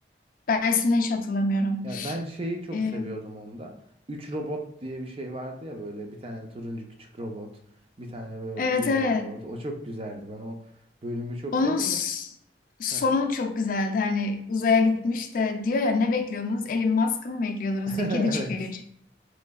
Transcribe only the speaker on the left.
Ben ismini hiç hatırlamıyorum.
E,
evet
evet.
Onun
s-
sonu
çok güzeldi. Hani uzaya gitmiş de diyor ya ne bekliyordunuz? Elon Musk'ı mı bekliyordunuz
diyor. Kedi çıkıyor. içi.